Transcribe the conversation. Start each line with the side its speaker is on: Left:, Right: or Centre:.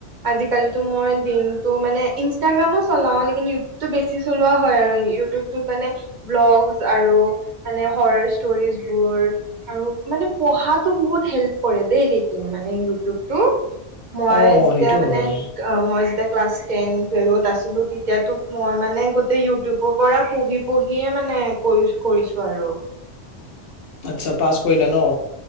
Right: আজিকালিটো মই দিনতটো মানে ইনষ্টাগ্ৰামো চলাও লে কিন ইউটিউবটো বেছি চলোৱা হয় আৰু ইউটিউবটোত মানে ব্লগ আৰু হৰৰ ষ্ট'ৰী ষ্ট'ৰী বোৰ আৰু মানে পঢ়াত ও বহুত হেল্প কৰে দেই লেকিন মানে ইউটিউব টো মই
Left: অ
Right: যেতিয়া
Left: সেইটো
Right: মানে
Left: হয়
Right: মই যেতিয়া ক্লাছ টেন টুৱেলভত আছিলোঁ তেতিয়াতো মই মানে গোটেই ইউটিউবৰ পৰা পঢ়ি পঢ়িয়ে মানে এ কৰিছ কৰিছো আৰু
Left: আচ্ছা পাছ কৰিলা ন